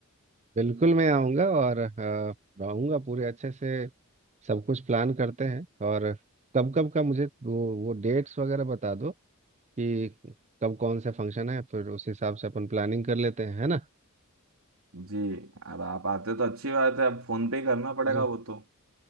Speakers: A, on the right; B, on the right.
A: बिल्कुल मैं आऊँगा और अ, रहूँगा पूरे अच्छे से सब कुछ प्लान करते हैं और कब कब का मुझे वो वो डेट्स वगैरह बता दो कि कब कौन सा फंक्शन है फिर उस हिसाब से अपन प्लानिंग कर लेते हैं है ना
B: जी अब आप आते तो अच्छी बात है अब फोन पे ही करना पड़ेगा
A: मुझे
B: वो तो